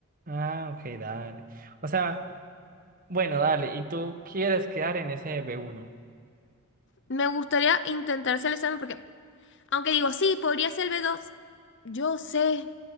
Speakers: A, on the right; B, on the left.
A: Ah, ok, dale. O sea, bueno, dale, y tú quieres quedar en ese b uno.
B: Me gustaría intentar hacer el examen porque, aunque digo, sí, podría ser el b dos yo sé